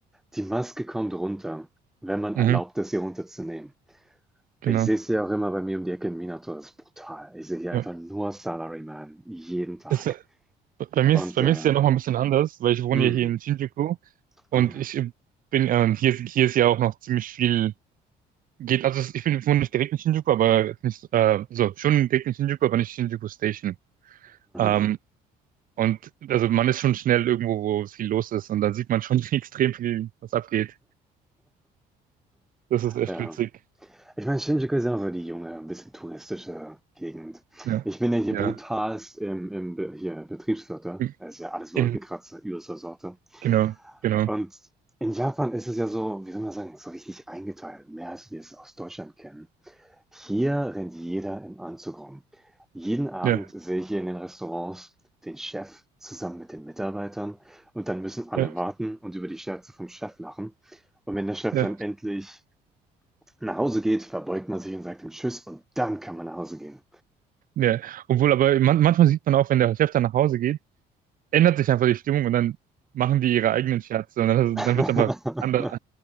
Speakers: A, in the centre; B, on the right.
A: Die Maske kommt runter, wenn man erlaubt,
B: Mhm,
A: es ihr runterzunehmen.
B: genau.
A: Ich sehe es ja auch immer bei mir um die Ecke in Minato. Das ist brutal. Ich sehe hier
B: Ja.
A: einfach nur Salaryman. Jeden Tag.
B: Das, ist- bei mir
A: Und,
B: ist, bei
A: äh,
B: mir ist es ja noch mal ein bisschen anders, weil ich wohne
A: mm,
B: ja hier in Shinjuku und
A: oh ja.
B: ich bin, äh, hier, ist- hier ist ja auch noch ziemlich viel. Geht, also es- ich bin wohne nicht direkt in Shinjuku, aber jetzt nicht, äh, so, schon direkt in Shinjuku, aber nicht Shinjuku Station. Ähm,
A: <laughs>
B: und also man ist schon schnell irgendwo, wo viel los ist und dann sieht man schon <laughs> extrem viel, was abgeht. Das ist echt
A: Ja.
B: witzig.
A: Ich meine, Shinjuku ist ja so die junge, ein bisschen touristische Gegend.
B: Ja.
A: Ich bin ja hier
B: Ja.
A: brutalst im, im Be- hier, Betriebsviertel.
B: Im,
A: Das ist ja alles Wolkenkratzer,
B: im-
A: übelster Sorte.
B: genau, genau.
A: Und in Japan ist es ja so, wie soll man sagen, so richtig eingeteilt. Mehr als wir es aus Deutschland kennen. Hier rennt jeder im Anzug rum. Jeden Abend
B: Ja,
A: sehe ich hier in den Restaurants den Chef zusammen mit den Mitarbeitern und dann müssen alle
B: ja,
A: warten und über die Scherze vom Chef lachen. Und wenn der Chef
B: ja,
A: dann endlich nach Hause geht, verbeugt man sich und sagt ihm Tschüss und dann kann man nach Hause gehen.
B: ja. Obwohl, aber man, manchmal sieht man auch, wenn der Chef dann nach Hause geht, ändert sich einfach die Stimmung und dann machen die ihre eigenen Scherze und dann,
A: <laughs>
B: dann wird es einfach anders.